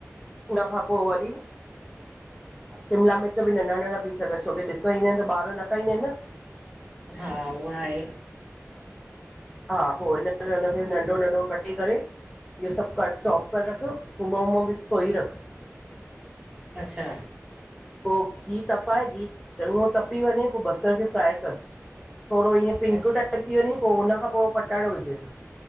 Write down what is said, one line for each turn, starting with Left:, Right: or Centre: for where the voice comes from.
Centre: उनखां पोइ वरी शिमला मिर्च बि नंढा नंढा पीस् कर, छोकी ॾिसणु ईंदा आहिनि त ॿार न खाईंदा आहिनि न?
Right: हा, उहा आहे।
Centre: हा पोइ हिन करे हुनखे नंढो - नंढो कटे करे इहो सभु कट चॉप करे रख, थूम वूम बि सोई रख।
Right: अच्छा।
Centre: पोइ घिहु तपाए, घिहु चङो तपी वञे पोइ बसर खे फ्राए कर। थोरो ईअं पिंक
Right: अच्छा
Centre: टाइप थी वञे, पोइ हुनखां पोइ पटाटो विझसि।